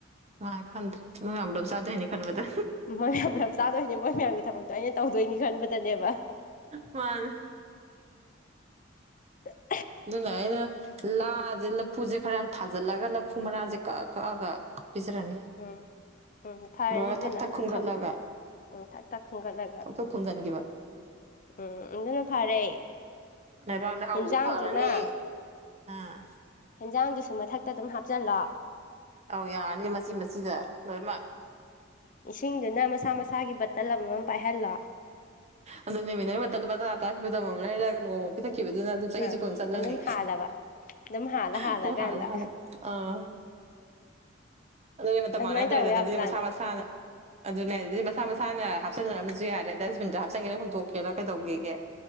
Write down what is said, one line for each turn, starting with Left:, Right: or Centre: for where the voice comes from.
Right: ꯉ ꯈꯟꯗ꯭ꯔꯦ ꯃꯉꯥ ꯄꯨꯂꯞ ꯆꯥꯗꯣꯏꯅꯤ ꯈꯟꯕꯗ
Left: ꯎ ꯃꯣꯏ ꯃꯌꯥꯝ ꯄꯨꯂꯞ ꯆꯥꯗꯣꯏꯅꯦ ꯃꯣꯏ ꯃꯌꯥꯝꯒꯤ ꯊꯕꯛꯇꯣ ꯑꯩꯅ ꯇꯧꯗꯣꯏꯅꯤ ꯈꯟꯕꯗꯅꯦꯕ
Right: ꯃꯥꯅꯤ꯫
Left: ꯍ
Right: ꯑꯗꯨꯅ ꯑꯩꯅ ꯂꯥꯖꯤ ꯂꯞ ꯂꯐꯨꯖꯦ ꯈꯔ ꯌꯥꯝ ꯊꯥꯖꯤꯜꯂꯒ ꯂꯐꯨ ꯃꯅꯥꯖꯦ ꯀꯛꯑ ꯀꯛꯑꯒ ꯄꯤꯖꯔꯅꯤ꯫
Left: ꯎꯝ ꯎꯝ ꯐꯔꯅꯤꯗꯅ
Right: ꯂꯣꯏꯔꯒ ꯊꯛ ꯊꯛ ꯈꯨꯝꯒꯠꯂꯒ
Left: ꯈꯝꯗꯣ ꯎꯝ ꯊꯛ ꯊꯛ ꯈꯨꯟꯒꯠꯂꯒ
Right: ꯊꯛ ꯊꯛ ꯐꯨꯝꯖꯤꯟꯈꯤꯕ
Left: ꯎꯝ ꯑꯗꯨꯅ ꯐꯔꯦ꯫
Right: ꯂꯩꯕꯥꯛ ꯂꯩꯍꯥꯎꯁꯨ
Left: ꯍꯦꯟꯖꯥꯡꯗꯨꯅ
Right: ꯐꯔꯅꯤ ꯑꯥ
Left: ꯍꯦꯟꯖꯥꯡꯗꯨꯁꯨ ꯃꯊꯛꯇ ꯑꯗꯨꯝ ꯍꯥꯞꯆꯤꯜꯂꯣ
Right: ꯑꯧ ꯌꯥꯔꯅꯤ ꯃꯆꯤ ꯃꯆꯤꯗ ꯂꯣꯏꯅꯃꯛ
Left: ꯏꯁꯤꯡꯗꯨꯅ ꯃꯁꯥ ꯃꯁꯥꯒꯤ ꯕꯇꯜ ꯑꯃ ꯃꯝ ꯄꯥꯏꯍꯜꯂꯣ꯫
Right: ꯑꯗꯨꯣ ꯅꯦꯃꯤꯟꯅꯔ ꯃꯇꯝꯜꯕ ꯑ ꯇꯈꯤꯕꯗꯃ ꯑꯃ ꯂꯩꯔꯒ ꯅꯣꯡꯃ ꯑꯃ ꯄꯤꯊꯛꯈꯤꯕꯗꯨꯅ ꯑꯗꯨ ꯆꯍꯤꯁꯦ
Left: ꯍ
Right: ꯄꯨꯡ ꯆꯠꯂꯅꯤ
Left: ꯑꯗꯨꯝ ꯍꯥꯜꯂꯕ ꯑꯗꯨꯝ ꯍꯥꯜꯂ ꯍꯥꯜꯂꯀꯥꯟꯗ
Right: ꯑꯗꯨꯝ ꯍꯥꯥꯟꯜꯂ ꯍꯥꯜꯂ ꯑꯥ ꯑꯗꯨꯣ ꯃ ꯃꯉꯗ꯭ꯔꯦꯗꯅ
Left: ꯑꯗꯨꯃꯥꯏꯅ ꯇꯧꯕ
Right: ꯅ
Left: ꯌꯥꯕꯖꯥꯠꯅꯦ
Right: ꯑꯗꯨꯅꯤ ꯁꯃ ꯁꯥꯅ ꯑꯗꯨꯅꯦ ꯍꯥꯏ ꯑꯗꯨꯗꯤ ꯃꯁꯥ ꯃꯁꯥꯅ ꯍꯥꯞꯆꯟꯟꯅꯔ ꯑꯃꯁꯨ ꯌꯥꯔꯦ ꯗꯁꯕꯤꯟꯗ ꯍꯥꯞꯆꯤꯟꯦꯥ ꯍꯨꯟꯇꯣꯛꯀꯦꯔꯥ ꯀꯩꯗꯧꯒꯦ